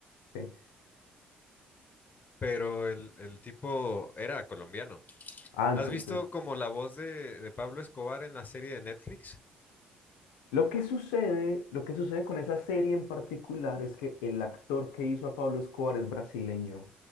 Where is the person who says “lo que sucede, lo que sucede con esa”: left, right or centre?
Left